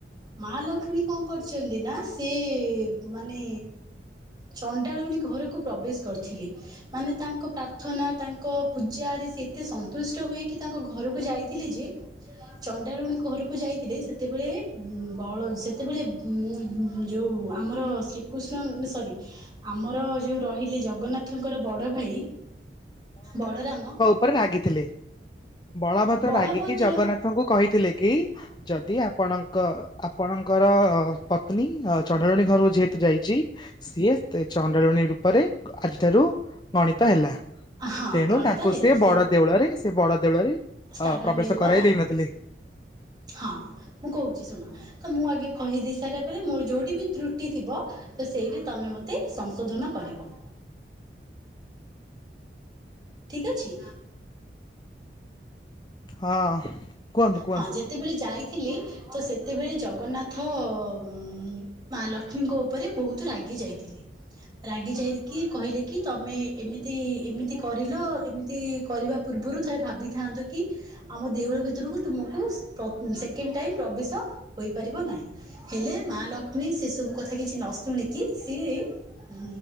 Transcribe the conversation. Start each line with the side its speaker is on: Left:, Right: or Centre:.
Right: ମା ଲକ୍ଷ୍ମୀ କଣ କରିଛନ୍ତିନା ସେ ମାନେ ଚଣ୍ଡାଳୁଣୀ ଘରକୁ ପ୍ରବେଶ କରିଥିଲେ। ମାନେ ତାଙ୍କ ପ୍ରାର୍ଥନା ତାଙ୍କ ପୂଜାରେ ସେ ଏତେ ସନ୍ତୁଷ୍ଟ ହୋଇକି ତାଙ୍କ ଘରକୁ ଯାଇଥିଲେଯେ ଚଣ୍ଡାଲୁଣୀ ଘରକୁ ଯାଇଥିଲେ ସେତେବେଳେ ଉଁ ବଳ ସେତେବେଳେ ଉଁ ହୁଁ ଯୋଉ ଆମର ଶ୍ରୀକୃଷ୍ଣ ସରି ଆମର ଯୋଉ ରହିଲେ ଜଗନ୍ନାଥଙ୍କର ବଡଭାଇ ବଳରାମ
Left: ପରେ ମାଗିଥିଲେ, ବାବା ମତେ
Right: ବଳଭଦ୍ର
Left: ମାଗିକି ଜଗନ୍ନାଥ ତାଙ୍କୁ କହିଥିଲେକି, ଯଦି ଆପଣଙ୍କ ଆପଣଙ୍କର ପତ୍ନୀ, ଆଉ ଚଣ୍ଡାଲୁଣୀ ଘରକୁ ଯେହେତୁ ଯାଇଚି ସିଏ ଚଣ୍ଡାଳୁଣୀ ରୂପରେ, ଆଜିଠାରୁ ଗଣିତ ହେଲା,
Right: ହଁ
Left: ତେଣୁ
Right: ଗଣିତ
Left: ତାଙ୍କୁ
Right: ହେଲା
Left: ସେ ବଡଦେଉଳରେ, ସେ ବଡ ଦେଉଳରେ ହଁ,
Right: ସ୍ଥାନ
Left: ପ୍ରବେଶ
Right: ମିଳିବ
Left: କରାଇ
Right: ନାହିଁ।
Left: ଦେଇନଥିଲେ।
Right: ହଁ, ମୁଁ କହୁଚି ଶୁଣ ତ, ମୁଁ ଆଗେ କହିଦେଇ ସାରିଲା ପରେ, ମୋର ଯୋଉଠିବି ତ୍ରୁଟି ଥିବ ତ ସେଇଠି ତମେ ମତେ, ସଂଶୋଧନ କରିବ। ଠିକ ଅଛି?
Left: ହଁ, କୁହନ୍ତୁ କୁହନ୍ତୁ
Right: ହଁ ଯେତେବେଳେ ଯାଇଥିଲି, ତ ସେତେବେଳେ ଜଗନ୍ନାଥ ଅ ଉଁ ଉ ମା ଲକ୍ଷ୍ମୀଙ୍କ ଉପରେ ବହୁତ ରାଗି ଯାଇଥିଲେ। ରାଗି ଯାଇକି କହିଲେକି, ତମେ ଏମିତି, ଏମିତି କରିଲ, ଏମିତି କରିବା ପୂର୍ବରୁ ଥରେ ଭାବିଥାନ୍ତକି? ଆମ ଦେଉଳ ଭିତରକୁ ତୁମକୁ, ସେକେଣ୍ଡ ଟାଇମ ପ୍ରବେଶ ହୋଇପାରିବ ନାହିଁ। ହେଲେ ମା ଲକ୍ଷ୍ମୀ ସେ ସବୁକଥା କିଛି ନଶୁଣିକି, ସିଏ ଉଁ,